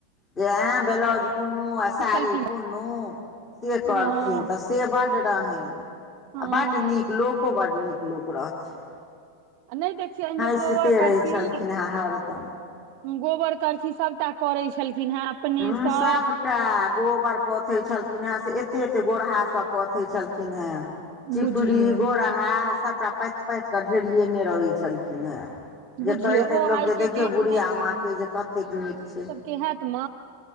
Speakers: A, on the left; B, on the right.
A: जे आय ब्लाउज कुनु आ साड़ी
B: छलखिन
A: कुनु से करथिन
B: हँ
A: तऽ। से बड रहनि
B: हँ
A: आ बड नीक लोको बड नीक लोक रहथिन।
B: नहि देखियनि
A: हँसिते
B: जे गोबर
A: रहै
B: करसी
A: छलखिन हेँ हरदम।
B: गोबर करसी सभटा करैत छलखिन हेँ। अपनेसँ
A: ह सबटा गोबर। पोथे छलखिन हे से एते एते गोरहा सब पोथे छलखिन हे चिपरी
B: बुझियौ
A: गोरा। आ सभटा पाथ पाथ कऽ ढेरियेने रहैत छलखिन हेँ।
B: बुझियौ
A: जे कहितनि
B: ओ
A: लोक
B: आइ
A: जे
B: के
A: देखियौ
B: डेट
A: बुढ़िया माँ के जे कतेक नीक छै।
B: के हत म।